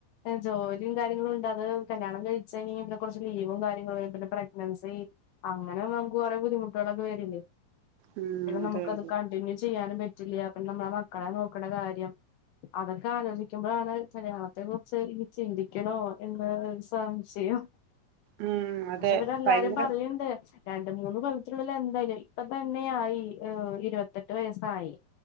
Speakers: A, on the left (about 80°); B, on the right (about 80°).
A: ജോലിയും കാര്യങ്ങളും ഉണ്ട് അത് കല്യാണം കഴിചാ ഇനി കുറച്ച് ലീവും കാര്യങ്ങളും വരും പിന്നെ പ്രഗ്നൻസി അങ്ങനെ നമുക്ക് കുറേ ബുദ്ധിമുട്ടുകളൊക്കെ വരില്ലേ
B: ഉം,
A: പിന്നെ
B: അതെ
A: നമുക്ക്ത്
B: അതെ
A: കണ്ടിന്യൂ ചെയ്യാനും പറ്റ പറ്റില്ല അപ്പൊ നമ്മളെ മക്കളെ നോക്കണ കാര്യം അതൊക്കെ ആലോചിക്കുമ്പോഴാണ് കല്യാണത്തെ കുറിച്ച് ഇനി ചിന്തിക്കണോ എന്ന സംശയം
B: ഉം, അതെ
A: പക്ഷെ ഇടെ എല്ലാരും
B: ഭയങ്കര
A: പറയണ്ട് രണ്ട്‌ മൂന്ന് കൊല്ലത്തിലുള്ളിൽ എന്തായാലും ഇപ്പ തന്നെ യായി ഇരുപത്തെട്ട് വയസ്സായി